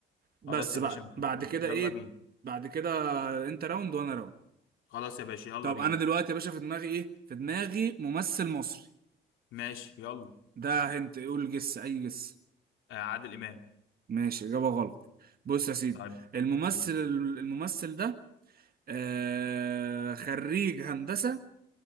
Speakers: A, on the right; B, on the left.
A: بس
B: خلاص يا
A: بعد
B: باشا متفقين
A: بعد كده
B: يلا
A: ايه
B: بينا
A: بعد كده انت راوند وانا راوند
B: خلاص يا باشا يلا
A: طب
B: بينا
A: انا دلوقتي يا باشا في دماغي ايه في دماغي ممثل مصري
B: ماشي يلا
A: ده هنت قول جس اي جس
B: آه عادل امام
A: ماشي اجابه غلط بص يا سيدي
B: طيب
A: الممثل
B: قول.
A: الممثل ده آه خريج هندسه